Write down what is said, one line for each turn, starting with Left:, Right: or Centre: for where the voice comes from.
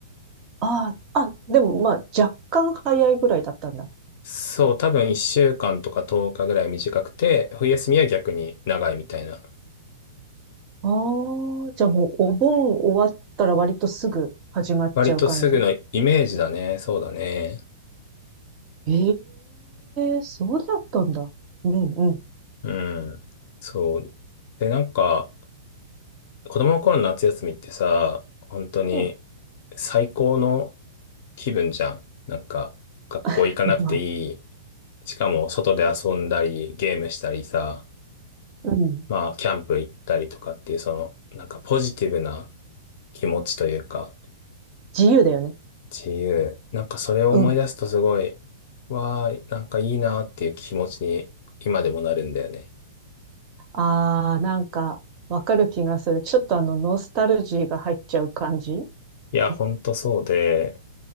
Right: ああ、あ、でもまあ若干早いぐらいだったんだ。
Left: そう、多分1週間とか10日ぐらい短くて、冬休みは逆に長いみたいな。
Right: ああ、じゃあもうお盆終わったら割とすぐ始まっちゃう感じ
Left: 割とすぐのイメージだね。そうだね。
Right: ええそうだったんだ。うん、うん。
Left: うん。そう。で、なんか、子供の頃の夏休みってさ、本当に
Right: うん。
Left: 最高の気分じゃん。なんか、学校行かなくていい。
Right: <laughs> まあ、
Left: しかも、外で遊んだり、ゲームしたりさ、
Right: うん。
Left: まあ、キャンプ行ったりとかっていう、その、なんかポジティブな気持ちというか、
Right: 自由だよね。
Left: 自由。なんかそれを思い出すとすごい、
Right: うん。
Left: わー、なんかいいなっていう気持ちに今でもなるんだよね。
Right: ああ、なんか、わかる気がする。ちょっとあの、ノスタルジーが入っちゃう感じ <laughs>
Left: いや、ほんとそうで、